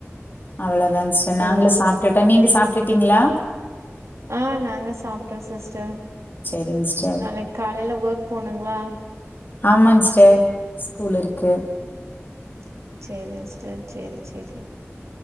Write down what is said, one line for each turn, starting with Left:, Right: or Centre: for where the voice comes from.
Left: அவ்வளதாங்க சிஸ்டர்
Right: ஓ
Left: நாங்களு சாப்ட்டுட்டோ நீங்க சாப்ட்டுட்டீங்களா
Right: ஆ நாங்க சாப்ட்டோ சிஸ்டர்
Left: சேரிங் சிஸ்டர்
Right: நாளைக்கி காலேல ஒர்க் போணுங்களா
Left: ஆமாங்க சிஸ்டர் ஸ்கூல் இருக்கு
Right: ம் சேரிங்க சிஸ்டர் சேரி சேரி